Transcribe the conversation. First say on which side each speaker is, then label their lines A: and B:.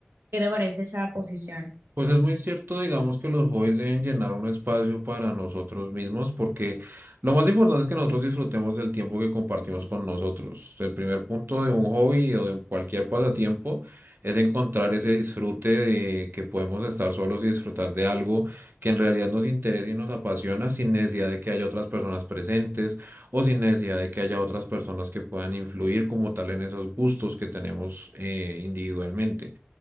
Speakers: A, on the right; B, on the right.
A: ¿Qué te parece esa posición?
B: Pues es muy cierto, digamos que los hobbies deben llenar un espacio para nosotros mismos, porque lo más importante es que nosotros disfrutemos del tiempo que compartimos con nosotros. El primer punto de un hobby o de cualquier pasatiempo es encontrar ese disfrute de que podemos estar solos y disfrutar de algo que en realidad nos interesa y nos apasiona sin necesidad de que haya otras personas presentes o sin necesidad de que haya otras personas que puedan influir como tal en esos gustos que tenemos eh, individualmente.